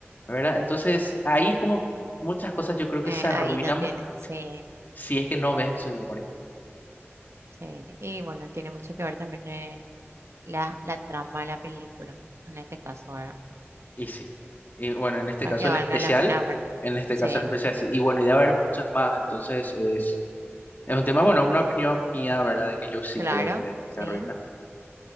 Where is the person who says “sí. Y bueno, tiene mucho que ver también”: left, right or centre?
Right